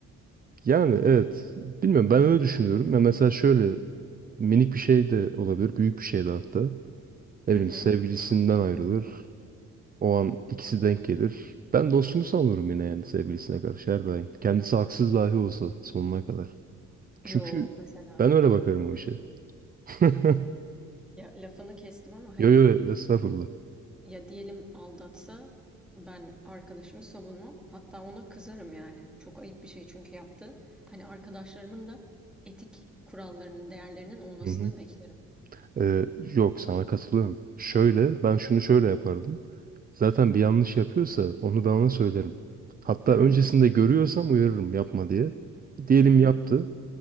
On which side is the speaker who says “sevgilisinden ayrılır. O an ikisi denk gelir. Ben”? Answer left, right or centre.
Right